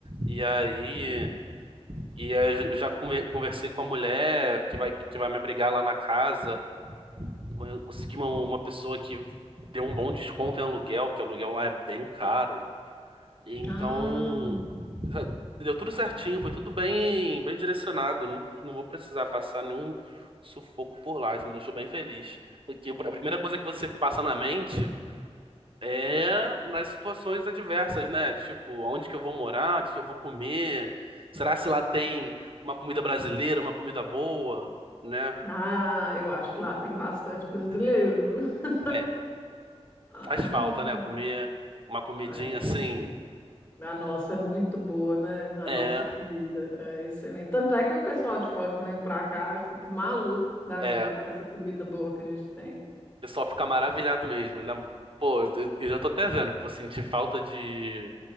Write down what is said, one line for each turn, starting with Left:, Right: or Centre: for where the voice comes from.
Right: E aí,
Left: né?
Right: e aí eu já conver- conversei com a mulher que vai, que vai me abrigar lá na casa. Eu consegui uma, uma pessoa que deu um bom desconto em aluguel, que aluguel lá é bem caro. E Então,
Left: Ah,
Right: <laughs> deu tudo certinho, foi tudo bem, bem direcionado. Não, não vou precisar passar nenhum sufoco por lá. Isso me deixou bem feliz. Porque a primeira coisa que você passa na mente é nas situações adversas, né? Tipo, onde que eu vou morar? O que que eu vou comer? Será se lá tem uma comida brasileira, uma comida boa, né?
Left: Ah, eu acho que lá tem bastante brasileiro,
Right: Tem,
Left: viu?
Right: tem.
Left: Ah,
Right: Faz falta, né? Comer uma comidinha
Left: é.
Right: assim.
Left: A nossa é muito boa, né? A
Right: É,
Left: nossa comida é excelente. Tanto é que o pessoal de fora que vem pra cá fica maluco da
Right: é.
Left: vida com essa comida boa que a gente tem.
Right: Eu só ficar maravilhado mesmo. ainda- Pô, eu eu já tô até vendo que vou sentir falta de